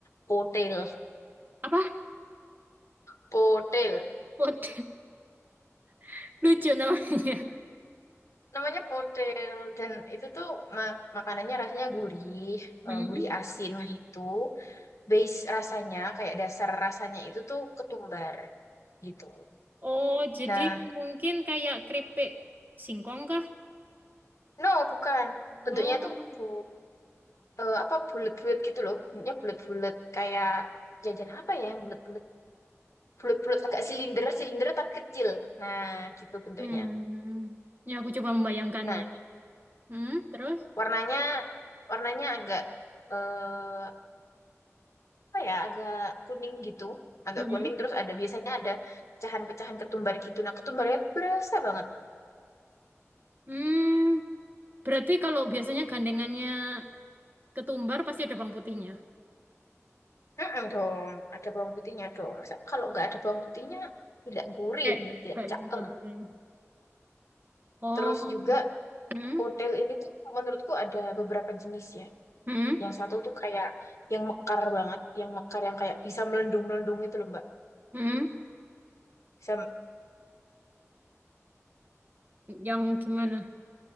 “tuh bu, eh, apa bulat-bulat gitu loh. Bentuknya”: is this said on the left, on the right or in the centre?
Left